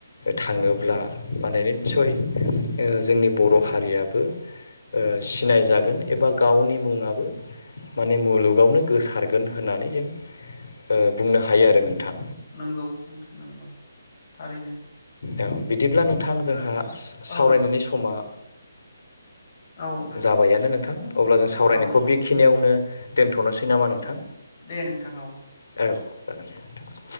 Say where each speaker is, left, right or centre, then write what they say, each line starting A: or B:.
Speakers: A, on the left; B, on the left.
A: थाङोब्ला माने निसय ओ जोंनि बर हारियाबो ओ सिनाय जागोन एबा गावनि मुङाबो माने मुलुगावनो गोसारगोन होननानै जों ओ बुंनो हायो आरो नोंथां
B: नंगौ नोंथां नंगौ थारैनो
A: औ बिदिब्ला नोंथां जोंहा सावरायनायनि
B: औ
A: समा
B: औ
A: जाबायानो नोंथां अब्ला जों सावरायनायखौ
B: औ
A: बेखिनियावनो दोनथनोसै नामा नोंथां
B: दे नोंथां औ
A: औ जागोन नोंथां